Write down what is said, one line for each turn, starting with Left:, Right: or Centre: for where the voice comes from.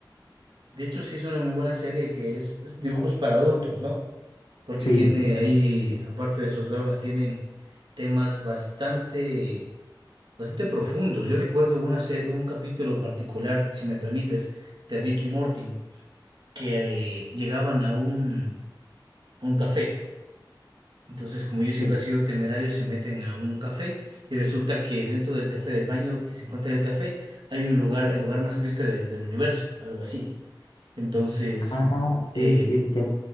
Right: de hecho sí es una muy buena serie que es es dibujos para adultos, ¿no? porque
Left: Sí,
Right: tiene ahí, aparte de sus bromas, tienen temas bastante, bastante profundos. Yo recuerdo una se- un capítulo particular, si me permites, de Rick y Morty, que eh, llegaban a un, a un café. Entonces, como yo siempre
Left: sí.
Right: he sido temerario, se meten a un café y resulta que dentro del café, del baño que se encuentra en el café, hay un lugar, el lugar más triste del, del universo, algo así. Entonces,
Left: Ah,
Right: eh,
Left: sí, sí, ya,